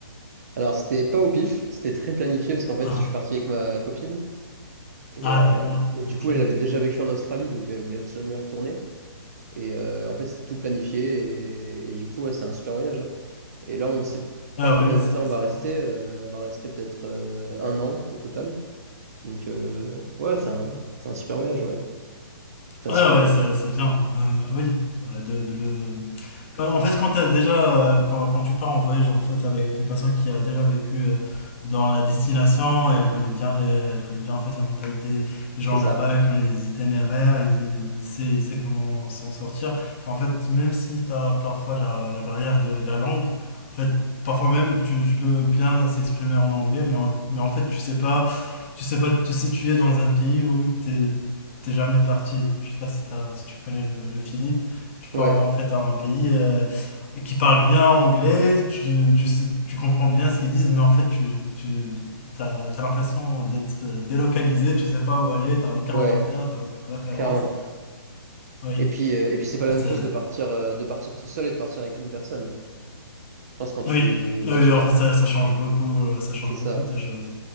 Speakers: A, on the right (about 40°); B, on the left (about 30°).
A: alors c'était pas au pif, c'était très planifié parce qu'en fait,
B: Ah,
A: je suis parti avec ma copine et,
B: ah,
A: euh,
B: d'accord.
A: et du
B: Ok.
A: coup, elle avait déjà vécu en Australie, donc elle voulait absolument y retourner. Et euh, en fait, c'est tout planifié et, et du coup, ouais, c'est un super voyage. hein. Et là, on sait
B: Ah
A: pas combien
B: oui, c'est
A: de temps on
B: c'est
A: va rester.
B: bien.
A: euh, on va rester peut-être euh, un an au total. Donc, euh, ouais, c'est un, c'est un super voyage, ouais. C'est un
B: Ouais,
A: super
B: ouais,
A: voyage.
B: ça- c'est bien. Euh, oui, euh, de, de le, quand- en fait, quand, t'as déjà, euh, quand, quand tu pars en voyage en fait, avec une personne qui a déjà vécu euh, dans la destination et elle connaît bien, les, elle connaît bien en fait, la mentalité des gens
A: C'est ça.
B: là-bas, elle connaît les itinéraires, il, il sait, il sait comment s'en sortir. En fait, même si t'as parfois la, la barrière de la langue, en fait, parfois même tu, tu peux bien s'exprimer en anglais, mais en, mais en fait, tu sais pas, tu sais pas te situer dans un pays où t'es t'es jamais parti. Je sais pas si, t'as- si tu connais le, le feeling. Tu pars
A: Ouais,
B: en fait à un pays euh, qui parle bien anglais, tu, tu, sais- tu comprends bien ce qu'ils disent, mais en fait, tu, tu t'as, t'as l'impression d'être euh, délocalisé, tu sais pas où aller, t'as aucun
A: ouais,
B: repère, t'as aucune référence.
A: clairement.
B: Oui,
A: Et puis, euh, et puis c'est
B: en
A: pas
B: fait,
A: la même chose
B: euh,
A: de partir, euh, de partir tout seul et de partir avec une personne. Je pense quand tu,
B: oui, oui,
A: quand tu
B: en
A: pars,
B: fait, ça, ça change beaucoup, euh, ça change
A: c'est ça.
B: beaucoup de choses.